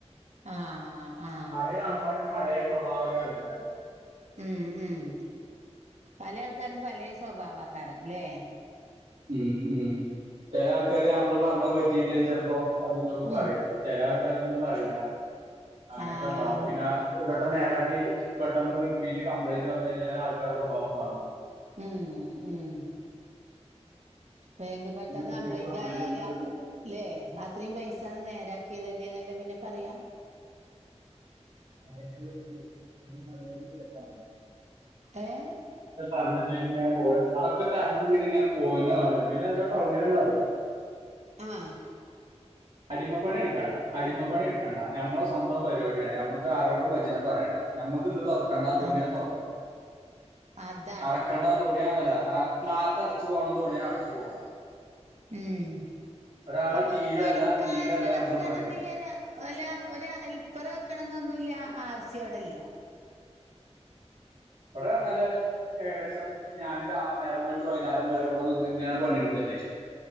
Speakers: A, on the right (about 75°); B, on the right (about 60°).
A: ആഹ് ആഹ്
B: പഴയ ആൾക്കാരും പഴയ സ്വഭാവം ഉള്ള ആൾക്കാരാ
A: ഉം ഉം പലേ ആൾക്കാരും പലേ സ്വഭാവക്കാരാണ് ഇല്ലെ
B: ഉം ഉം ചെല ആള്ക്കാര് നമ്മള് പറഞ്ഞത് പറ്റിയില്ലേ ചെലപ്പോ അതുമിതൊക്കെ പറയും
A: ഉം
B: ചെല ആൾക്കാരൊന്നും പറയില്ല അങ്ങനെയൊക്കെ
A: ആഹ്
B: ഉണ്ടാവും പിന്നെ ഒരുവട്ടം നേരാക്കി പെട്ടെന്ന് റിപ്പീറ്റ് കംപ്ലയിന്റ് വന്നുകഴിഞ്ഞാല് ആൾക്കാർടെ സ്വഭാവം മാറും
A: ഉം ഉം ബാങ്ക് പെട്ടെന്ന്
B: റിപ്പീറ്റ്
A: കംപ്ലൈന്റ് ആയാല്
B: ഇല്ലാതെ
A: അല്ലേ ഇത്രയും പൈസാണ് നേരാക്കിയതല്ലേ എന്നല്ലേ പിന്നെ പറയാ
B: അവ <unintelligible> <inaudible>
A: ഏഹ്
B: ദ്ക്കെ തരണംചെയ്തിങ്ങനെ പോയെ അതൊക്കെ തരണം ചെയ്തിങ്ങനെ പോവേന്ന പാടുള്ളൂ പിന്നെ എന്താ സൗകര്യം ന്ന് അറിയ്യോ
A: ആഹ്
B: അടിമപ്പണി എടുക്കണ്ട അടിമപ്പണി എടുക്കണ്ടാ നമ്മളെ സ്വന്തം പരിപാടിയാണ് നമുക്ക് ആരോടും വചനം പറയേണ്ട ഞമ്മക്ക് ഇന്ന് തുറക്കണ്ടാന്ന് തോണിയാ
A: ആഹ്
B: തുറക്കണ്ട
A: അതാണ്
B: അടക്കണ്ടാന്ന് തോണിയാ അല്ല ആ നേരത്തെ അടച്ചു പോകണംന്ന് തോണിയാ അടച്ചുപോവാ
A: ഉം
B: ഒരാളെ
A: അപ്പൊ
B: കീഴിലല്ല
A: ഒരു പണിക്കാരനെ
B: കീഴിലല്ല
A: വെക്കണം
B: നമ്മള് പണിയെടുക്കുന്നത്
A: എന്നില്ല ഒരാ അല്ല ഒരു ഹെല്പറെ വെക്കണംന്നൊന്നുല്ല ആവശ്യം അവിടില്ല
B: എവിടെ വന്നാല് ഏകദേശം ഞാനൊരാ നേരം വെളെത്ത് വൈന്നേരം വരെ ഇവിടെ നിന്ന് ഇങ്ങനെ പണിയെടുക്കല്ലേ